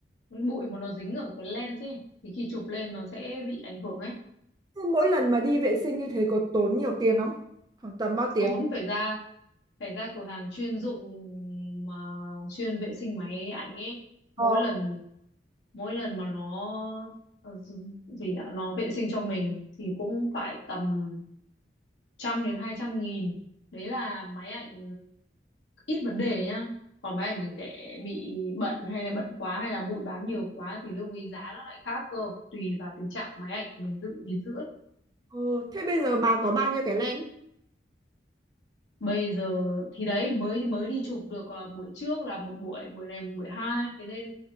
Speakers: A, on the left; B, on the right.
A: bụi mà nó dính ở cái lens ấy thì khi chụp lên nó sẽ bị ảnh hưởng ấy
B: Thế mỗi lần mà đi vệ sinh như thế có tốn nhiều tiền không? Khoảng tầm bao tiền?
A: tốn phải ra phải ra cửa hàng chuyên dụng mà chuyên vệ sinh máy ảnh ấy
B: Ờ,
A: mỗi lần mỗi lần mà nó ờ, gì nhỉ? nó vệ sinh cho mình thì cũng phải tầm trăm đến hai trăm nghìn đấy là máy ảnh ít vấn đề nhá còn máy ảnh mình để bị bẩn hay là bẩn quá hay là bụi bám nhiều quá thì lưu ý giá nó lại khác cơ tùy vào tình trạng máy ảnh mình giữ gìn giữ ấy.
B: Ừ, thế bây giờ bà có bao nhiêu cái len?
A: bây giờ thì đấy mới mới đi chụp được ờ, buổi trước là một buổi buổi này buổi hai thế nên